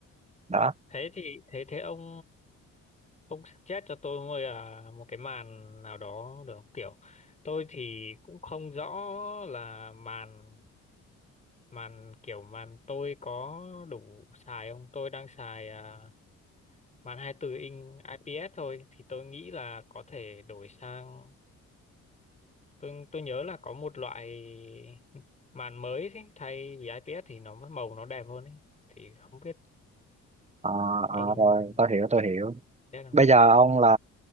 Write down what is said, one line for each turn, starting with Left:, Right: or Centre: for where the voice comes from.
Right: Đó.
Left: Thế thì thế thế ông ông suggest cho tôi mua là một cái màn nào đó được không? Kiểu tôi thì cũng không rõ là màn màn kiểu màn tôi có đủ xài không? Tôi đang xài à, màn 24 inch IPS thôi thì tôi nghĩ là có thể đổi sang tôi tôi nhớ là có một loại màn mới thế thay vì IPS thì nó màu nó đẹp hơn ấy thì không biết
Right: À, à,
Left: ông
Right: rồi tôi hiểu tôi hiểu.
Left: biết không
Right: Bây giờ ông là